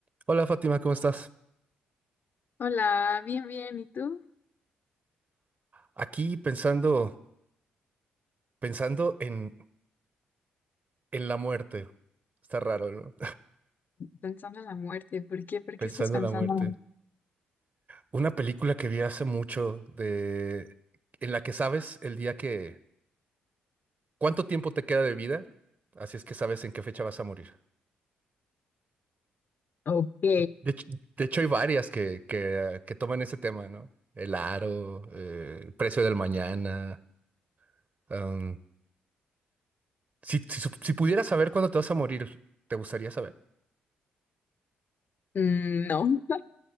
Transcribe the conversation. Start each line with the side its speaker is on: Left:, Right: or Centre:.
Right: Hola Fátima, ¿cómo estás?
Left: Hola, bien, bien. ¿Y tú?
Right: Aquí pensando, pensando en, en la muerte. Está raro, ¿no?
Left: Pensando en la muerte. ¿Por
Right: <laughs>
Left: qué? ¿Por
Right: Pensando
Left: qué estás pensando?
Right: en la muerte. Una película que vi hace mucho de en la que sabes el día que cuánto tiempo te queda de vida, así es que sabes en qué fecha vas a morir.
Left: Ah, Ok,
Right: De hecho, de hecho hay varias que, que, que toman ese tema, ¿no? El aro, eh, el precio del mañana. am, si, si, sup- si pudieras saber cuándo te vas a morir, ¿te gustaría saber?
Left: Mm, no, <laughs>